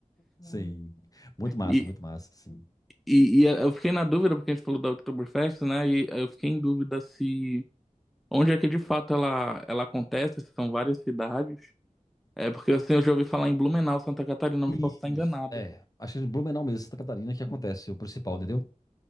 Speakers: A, on the left; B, in the centre.
A: Sim. Muito massa,
B: E,
A: muito massa, sim.
B: e, e eu fiquei na dúvida, porque a gente falou da Oktoberfest, né? E eu fiquei em dúvida se Onde é que de fato ela, ela acontece? se São várias cidades. É porque assim, eu já ouvi falar em Blumenau, Santa Catarina,
A: Isso.
B: mas posso estar enganado.
A: É, acho que em Blumenau mesmo, Santa Catarina, que acontece o principal, entendeu?